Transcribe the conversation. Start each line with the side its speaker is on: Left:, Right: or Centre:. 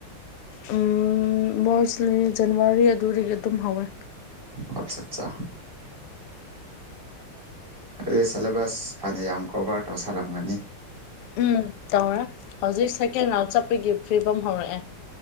Left: ꯎꯝ ꯃꯣꯔꯁꯂꯤ ꯖꯅꯨꯋꯥꯔꯤ ꯑꯗꯨꯗꯒꯤ ꯑꯗꯨꯝ ꯍꯧꯔꯦ
Right: ꯑꯠꯆꯥꯆꯥ ꯑꯗꯨꯗꯤ ꯁꯦꯂꯦꯕꯁ ꯐꯅꯌꯥꯝ ꯀꯣꯚꯔ ꯇꯧꯁꯜꯂꯝꯒꯅꯤ
Left: ꯎꯝ ꯇꯧꯔꯦ ꯍꯧꯖꯤꯛ ꯁꯦꯀꯦꯟ ꯔꯥꯎꯟ ꯆꯠꯄꯒꯤ ꯐꯤꯕꯝ ꯍꯧꯔꯛꯑꯦ